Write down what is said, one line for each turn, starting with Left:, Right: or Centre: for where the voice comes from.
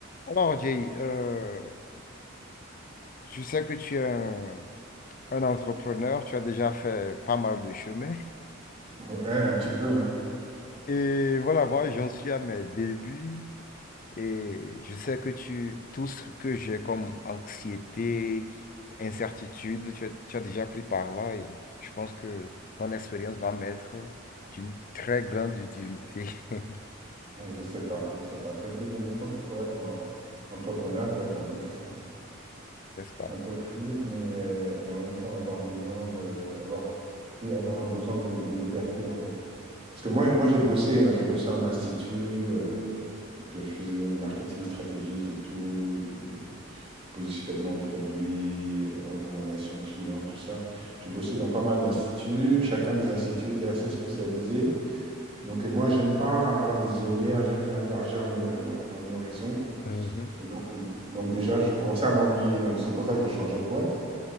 Left: Alors, Jay, euh, je sais que tu es un, un entrepreneur, tu as déjà fait pas mal de chemin.
Right: Ouais, un petit peu, ouais.
Left: Et voilà, moi, j'en suis à mes débuts et je sais que tu, tout ce que j'ai comme anxiété, incertitude, tu as, tu as déjà pris par là et je pense que ton expérience va m'être d'une très grande utilité, <laughs>
Right: Euh, Je sais pas, je sais pas. Peut-être, mais je pense que pour être en- entrepreneur, il faut être un peu fou,
Left: n'est-ce pas?
Right: un peu fou, mais euh, et en même temps avoir besoin de, avoir, oui, avoir un besoin de, de liberté en fait. Parce que moi, j'ai- moi, j'ai bossé, hein, j'ai bossé en institut, euh, tu vois, je faisais du marketing stratégique et tout, du positionnement de produits, euh, recommandations clients, tout ça. J'ai bossé dans pas mal d'instituts. Chacun des instituts était assez spécialisé. Donc, et moi, j'aime pas avoir des œillères, j'aime bien élargir mes- mon, mon horizon.
Left: Mhm.
Right: Et donc, euh, donc déjà, je commençais à m'ennuyer. Donc, c'est pour ça que je changeais de boîte.